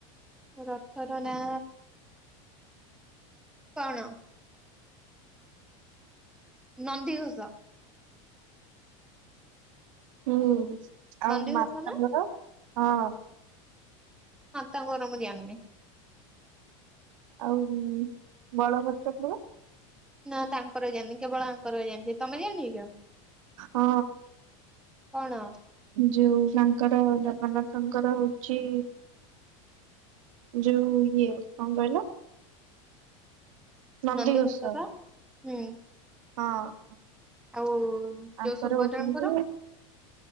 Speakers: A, in the centre; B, on the right (about 80°).
A: ରଥର ନାଁ କଣ? ନନ୍ଦି ଘୋଷ।
B: ହୁଁ
A: ନନ୍ଦିଘୋଷ
B: ଆଉ ମାଶାଙ୍କର
A: ନା
B: ହଁ।
A: ହଁ ତାଙ୍କର ମୁଁ ଜାଣିନି।
B: ଆଉ ବଳଭଦ୍ରଙ୍କ ର
A: ନା ତାଙ୍କର ବି ଜାଣିନି କେବଳ ଆଙ୍କର ହି ଜାଣିଛି ତମେ ଜାଣିଚ?
B: ହଁ।
A: କଣ?
B: ଯୋଉ ତାଙ୍କର ଜଗନ୍ନାଥଙ୍କର ହଉଛି ଯୋଉ ଇଏ କଣ କହିଲ ନନ୍ଦୀଘୋଷ
A: ନନ୍ଦିଘୋଷ ପା ହୁଁ
B: ହଁ।
A: ଆଉ
B: ତାଙ୍କର
A: ଯୋଉ ସୁଭଦ୍ରାଙ୍କର
B: ହଉଛନ୍ତି